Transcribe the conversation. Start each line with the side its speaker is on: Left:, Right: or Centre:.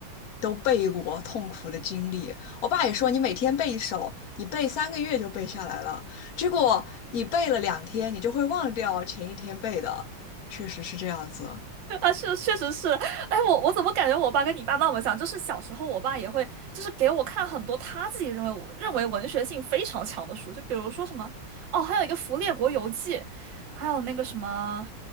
Left: 都背过痛苦的经历。我爸也说你每天背一首，你背三个月就背下来了，结果你背了两天，你就会忘掉前一天背的，确实是这样子。
Right: 啊，是，确实是。哎，我我怎么感觉我爸跟你爸那么像？就是小时候，我爸也会，就是给我看很多他自己认为认为文学性非常强的书，就比如说什么，哦，还有一个《福列国游记》，还有那个什么，